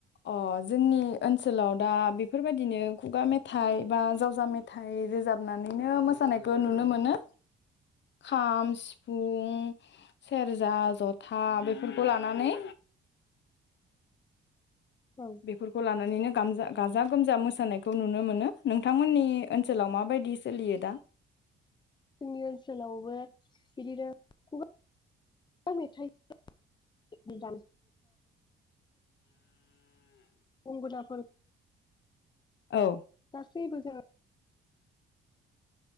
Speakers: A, on the left; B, on the left.
A: अ जोंनि ओनसोलाव दा बेफोरबायाददिनो खुगा मेथाइ बा जावजा मेथाइ रोजाबनानैनो मोसानायखौ नुनो मोनो खाम सिफुं सेरजा जथा बेफोरखौ लानानै
B: औ
A: बेफोरखौ लानानैनो गामजा-गाजा गोमजा मोसानायखौ नुनो मोनो नोंथांमोननि ओनसोलाव माबायदि सोलियो दा
B: जोंनि ओनसोलावबो बिदिनो खुगा मेथाइ <unintelligible> गंगोनाफोर <unintelligible>
A: औ
B: सेै बो जोंओ